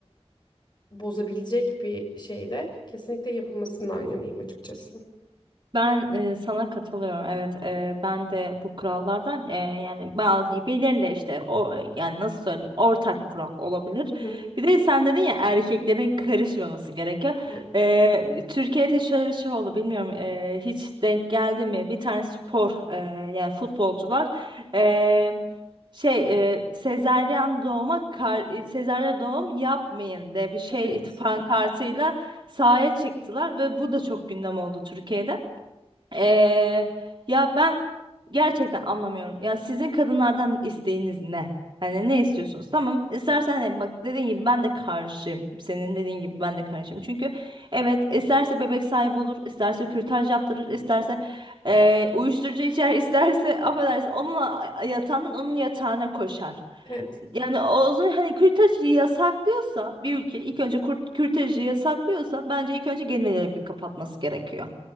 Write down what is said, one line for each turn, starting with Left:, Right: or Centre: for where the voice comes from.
Left: bozabilecek bir şey de kesinlikle yapılmasından yanayım açıkçası.
Right: Ben e, sana katılıyorum. Evet, e, ben de bu kurallardan e, yani bazı belirli işte o yani nasıl söyleyeyim ortak kural olabilir.
Left: Hı hı.
Right: Bir de sen dedin ya erkeklerin karışmaması gerekiyor.
Left: Yani,
Right: E, Türkiye'de şöyle bir şey oldu bilmiyorum e, hiç denk geldi mi? Bir tane spor e, yani futbolcular e, şey e, sezaryen doğuma kar, e, sezaryen doğum yapmayın diye bir şey
Left: Evet.
Right: <laughs> pankartıyla sahaya çıktılar ve bu da çok gündem oldu Türkiye'de. Ee, ya ben gerçekten anlamıyorum. Ya sizin kadınlardan isteğiniz ne? Hani ne istiyorsunuz? Tamam. İstersen hani bak dediğin gibi ben de karşıyım. Senin dediğin gibi ben de karşıyım. Çünkü evet isterse bebek sahibi olur, isterse kürtaj yaptırır, isterse ee, uyuşturucu içer, <laughs> isterse affedersin onunla yatağından onun yatağına koşar.
Left: evet.
Right: Yani o zaman hani kürtajı yasaklıyorsa bir ülke ilk önce kurt- kürtajı yasaklıyorsa bence ilk önce gemileri bir kapatması gerekiyor.